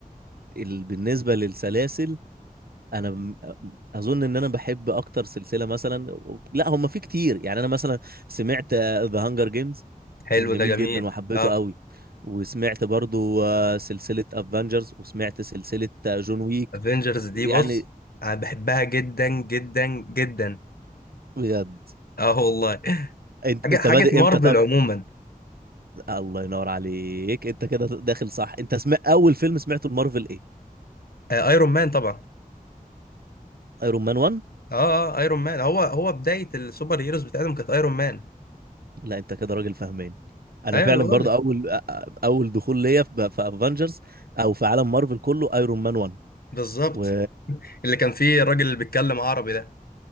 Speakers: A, on the right; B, on the left.
A: ال... بالنسبه للسلاسل انا م- اظن ان انا بحب اكتر سلسله مثلا لا هم في كتير يعني انا مثلا سمعت ذا هانجر جيمز
B: حلو
A: كان جميل
B: ده جميل
A: جدا وحبيته
B: اه
A: قوي وسمعت برضو آه، سلسله افنجرز وسمعت سلسله آه، جون ويك
B: افنجرز دي
A: يعني
B: بص انا بحبها جدا جدا جدا
A: بجد
B: اه والله
A: انت
B: حاجه
A: انت
B: حاجه
A: بادئ
B: مارفل
A: امتى طب
B: عموما
A: الله ينور عليك انت كده داخل صح انت سمع اول فيلم سمعته المارفل ايه
B: آه ايرون مان طبعا
A: ايرون مان 1
B: اه اه ايرون مان هو هو بدايه السوبر هيروز بتاعتهم كانت ايرون مان
A: لا انت كده راجل فاهمان انا
B: ايوه
A: فعلا
B: انا بقول
A: برضو
B: لك
A: اول أ- أ- اول دخول ليا في افنجرز او في عالم مارفل كله ايرون مان 1
B: بالظبط
A: و
B: اللي كان فيه الراجل اللي بيتكلم عربي ده